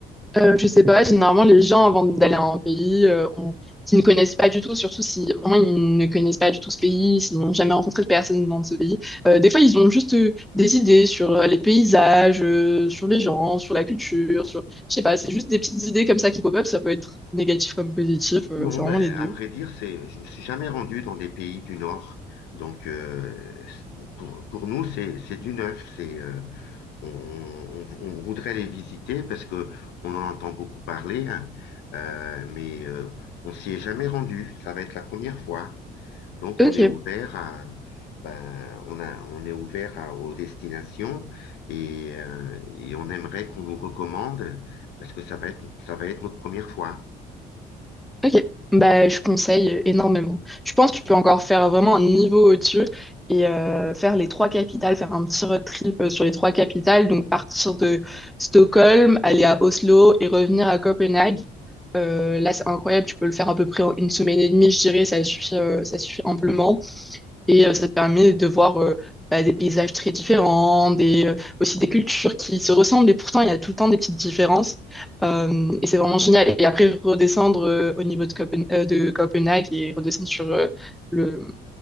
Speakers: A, in the centre; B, on the left.
A: Euh, je sais pas, généralement les gens avant d'aller à un pays, euh, on- s'ils ne connaissent pas du tout, surtout si vraiment ils ne connaissent pas du tout ce pays, s'ils n'ont jamais rencontré de personne dans ce pays, euh, des fois ils ont juste euh, des idées sur euh, les paysages, euh, sur les gens, sur la culture, sur... Je sais pas, c'est juste des petites idées comme ça qui pop-up, ça peut être négatif comme positif, euh,
B: Non,
A: c'est vraiment
B: ben,
A: les deux.
B: à vrai dire, c'est, je ne me suis jamais rendu dans des pays du Nord. Donc, euh, c'est- pour, pour nous, c'est, c'est du neuf. C'est, euh, on, on- on voudrait les visiter parce que on en entend beaucoup parler, hein. Euh, mais euh, on s'y est jamais rendu. Ça va être la première fois. Donc,
A: Ok.
B: on est ouvert à, ben, on a, on est ouvert à- aux destinations et, euh, et on aimerait qu'on nous recommande parce que ça va être, ça va être notre première fois.
A: Ok, bah, je conseille énormément. Je pense que tu peux encore faire vraiment un niveau au-dessus et euh, faire les trois capitales, faire un petit road trip euh, sur les trois capitales, donc partir de Stockholm, aller à Oslo et revenir à Copenhague. Euh, là, c'est incroyable, tu peux le faire à peu près en une semaine et demie, je dirais, ça suffit, euh, ça suffit amplement. Et euh, ça te permet de voir euh, bah, des paysages très différents, des, euh, aussi des cultures qui se ressemblent, et pourtant il y a tout le temps des petites différences. Euh, et c'est vraiment génial. Et après, redescendre euh, au niveau de, Copen- euh, de Copenhague et redescendre sur, euh, le,